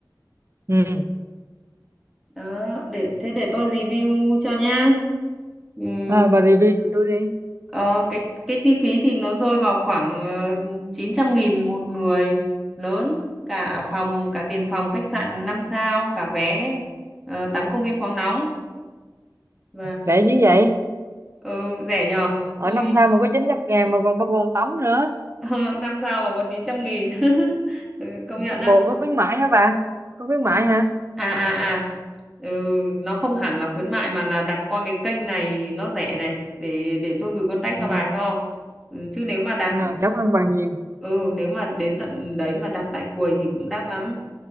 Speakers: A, on the right (about 35°); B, in the centre.
A: Ừ.
B: đó để thế để tôi review cho nhá Ừm,
A: À, bà review giùm tôi đi.
B: ờ, cái cái chi phí thì nó rơi vào khoảng ờ, chín trăm nghìn một người lớn cả phòng cả tiền phòng khách sạn 5 sao cả vé ờ, tắm công viên khoáng nóng và
A: Rẻ chứ vậy.
B: ừ, rẻ nhờ
A: Ở
B: tôi
A: năm sao mà có chín trăm ngàn mà còn bao gồm tắm nữa.
B: <laughs> năm sao mà có chín trăm nghìn <laughs> Ừ, công
A: bộ
B: nhận ạ
A: có khuyến mãi hả bà có khuyến mãi
B: à
A: hả
B: à à ừ, nó không hẳn là khuyến mại mà là đặt qua cái kênh này nó rẻ này để để tôi gửi contact
A: ừ.
B: cho bà cho ừ, chứ nếu mà đặt
A: à, cảm ơn bà nhiều
B: ừ nếu mà đến tận đấy mà đặt tại quầy thì cũng đắt lắm